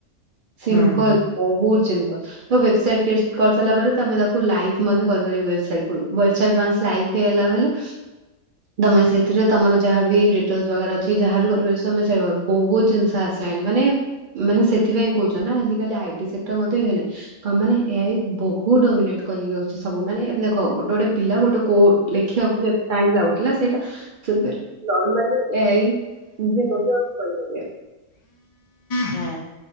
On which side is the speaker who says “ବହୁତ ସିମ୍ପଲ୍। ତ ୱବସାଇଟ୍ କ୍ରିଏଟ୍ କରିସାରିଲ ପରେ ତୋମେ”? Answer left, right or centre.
Right